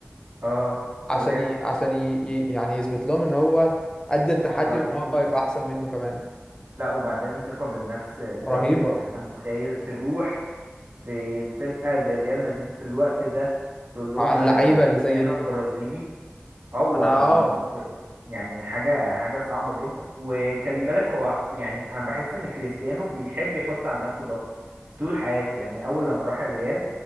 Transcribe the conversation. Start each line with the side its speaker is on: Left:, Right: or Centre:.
Right: اه
Left: عشان
Right: بجد
Left: ي... عشان ي... ي- يعني يثبت لهم ان هو قد التحدي
Right: وبعدين
Left: وان هو يبقى احسن منه كمان
Right: لا وبعدين ثقة بالنفس رهيبة
Left: رهيبة
Right: يعني انت متخيل تروح في فرقة زي ريال مدريد في الوقت ده تقول لهم
Left: مع اللعيبة
Right: انا كريستيانو
Left: اللي زي دي
Right: البرازيلي او
Left: انا اه
Right: أم- كر- يعني حاجة حاجة صعبة جدا وخلي بالك هو يعني انا بحس ان كريستيانو بيحب يحط على نفسه ضغط طول حياته يعني اول لما راح الريال